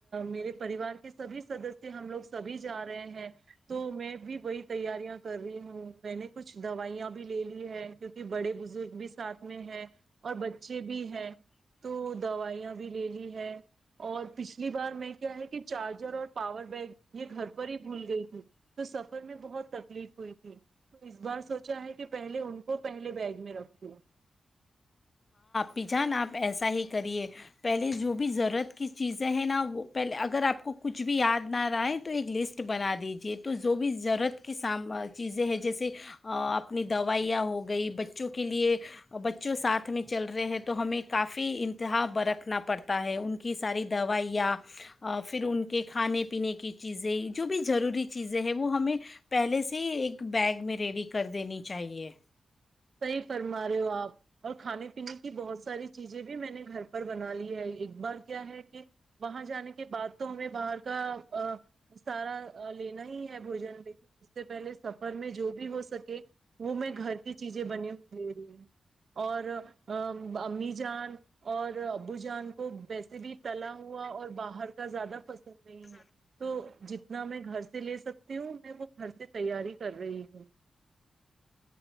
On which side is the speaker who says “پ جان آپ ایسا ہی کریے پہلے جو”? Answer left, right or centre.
Left